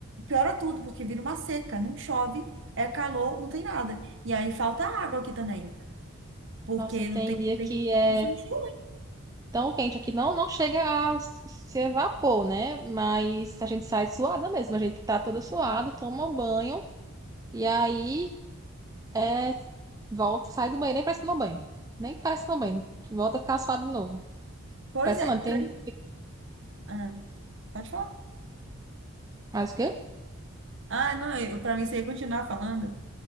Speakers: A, on the right; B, on the right.
A: piora tudo, porque vira uma seca, não chove, é calor, não tem nada. E aí falta água aqui também, porque
B: Nossa, tem
A: não tem,
B: dia
A: não tem,
B: que é
A: não tem chuva.
B: tão quente aqui, não, não chega a s- ser vapor, né? Mas a gente sai suada mesmo, a gente tá toda suada, toma banho, e aí é, volta, sai do banheiro nem parece tomar banho. Nem parece tomar banho. Volta a ficar suado de novo.
A: Pois
B: Impressionante.
A: é,
B: Tem,
A: tra- ah, pode falar.
B: Mas o quê?
A: Ah, não, eu, pra mim você ia continuar falando.